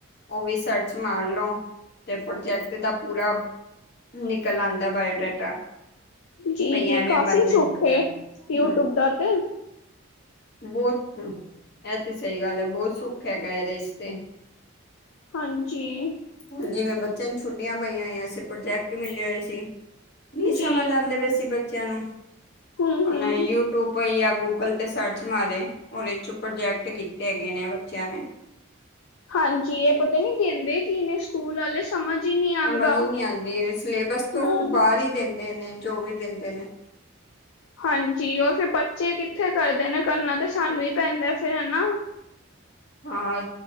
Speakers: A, on the left; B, on the left.
A: ਉਹ ਵੀ ਸਰਚ ਮਾਰ ਲੋ ਤੇ ਪ੍ਰੋਜੈਕਟ ਦਾ ਪੂਰਾ ਨਿਕਲ ਆਉਂਦਾ ਬਾਇਓਡਾਟਾ।
B: ਜੀ
A: ਬਈ
B: -ਜੀ
A: ਐਵੇਂ
B: ਕਾਫੀ
A: ਬਣਨਾ
B: ਸੁਖ ਹੈ
A: ਹਮ
B: ਯੂਟਿਊਬ ਦਾ ਤੇ।
A: ਬਹੁਤ ਇਹ ਤੇ ਸਹੀ ਗੱਲ ਹੈ ਬਹੁਤ ਸੁੱਖ ਹੈਗਾ ਇਹਦੇ ਇਸ ਤੇ।
B: ਹਾਂਜੀ।
A: ਹੁਣ ਜਿਵੇਂ ਬੱਚਿਆਂ ਨੂੰ ਛੁੱਟੀਆਂ ਪਈਆਂ ਆ। ਪ੍ਰੋਜੈਕਟ ਮਿਲੇ ਹੋਏ ਸੀ। ਨਹੀਂ
B: ਜੀ
A: ਸਮਝ ਆਉਂਦੇ ਪਏ ਸੀ ਬੱਚਿਆਂ ਨੂੰ।
B: ਹੂੰ ਹੂੰ।
A: ਉਹ ਯੂਟੀਊਬ, ਗੂਗਲ ਤੇ ਸਰਚ ਮਾਰੇ। ਉਹਦੇ ਚੋਂ ਪ੍ਰੋਜੈਕਟ ਕੀਤੇ ਹੈਗੇ ਨੇ ਬੱਚਿਆਂ ਨੇ।
B: ਹਾਂਜੀ, ਇਹ ਪਤਾ ਨੀ ਕਹਿੰਦੇ ਕਿ ਇਹਨੇ ਸਕੂਲ ਵਾਲੇ। ਸਮਝ ਹੀ ਨਹੀਂ ਆਂਦਾ।
A: ਸਮਝ ਹੀ ਨਹੀਂ ਆਦੀ। ਸਿਲੇਬਸ ਤੋਂ
B: ਹੂੰ
A: ਬਾਹਰ ਹੀ ਦਿੰਦੇ ਨੇ ਜੋ ਵੀ ਦਿੰਦੇ ਨੇ।
B: ਹਾਂਜੀ, ਉਹ ਫਿਰ ਬੱਚੇ ਕਿੱਥੇ ਕਰਦੇ ਨੇ ਕਰਨਾ ਤੇ ਸਾਨੂੰ ਹੀ ਪੈਂਦਾ ਫਿਰ ਹਨਾ।
A: ਹਾਂ।